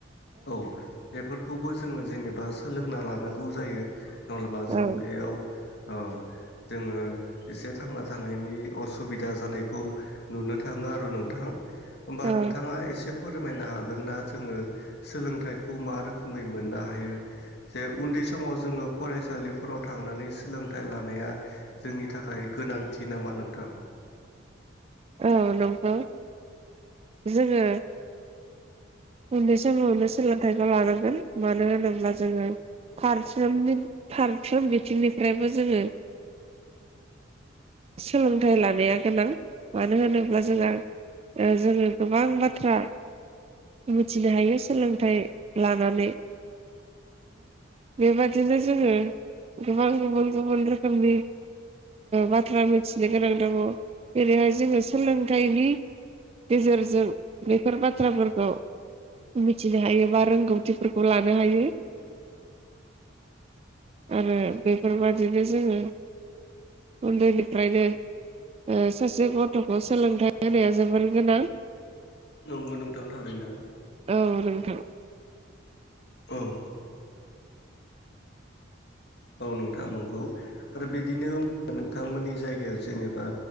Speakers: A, on the left (about 55°); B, on the right (about 30°).
A: औ बेफोरखौबो जोङो जेनेबा सोलोंना लानांगौ जायो नलबा जों
B: औ
A: बेयाव ओ जोङो एसे थांना थानायनि असुबिदा जानायखौ नुनो थाङो आरो नोंथां। होमबा
B: औ
A: नोंथाङा एसे फोरमायनो हागोन ना जोङो सोलोंथाइखौ मा रोखोमै मोननो हायो। जे उन्दै समाव जोङो फरायसालि फोराव थांनानै सोलोंथाइ लानाया जोंनि थाखाय गोनांथि नामा नोंथां।
B: औ नंगौ। जोङो उन्दै समावनो सोलोंथाइखौ लानांगोन। मानो होनोब्ला जोङो फारसोमनि फारफ्रोम बिथिंनिफ्रायबो जोङो सोलोंथाइ लानाया गोनां मानो होनोब्ला जोंहा ओ जोङो गोबां बाथ्रा मिथिनो हायो सोलोंथाइ लानानै बेबादिनो जोङो गोबां गुबुन गुबुन रोखोमनि बाथ्रा मिथिनो गोनां दङ जेरैहाय जोङो सोलोंथाइनि गेजेरजों बेफोर बाथ्राफोर खौ मिथिनो हायो बा रोंगौथिफोरखौ लानो हायो। आरो बेफोरबादिनो जोङो उन्दै निफ्रायबो ओ सासे गथ'खौ सोलोंथाइ होनाया जोबोर गोनां।
A: नंगौ नोंथां थारैनो।
B: औ नोंथां
A: औ औ नोंथां नंगौ आरो बिदिनो नोंथांमोननि जायगायाव जेनेबा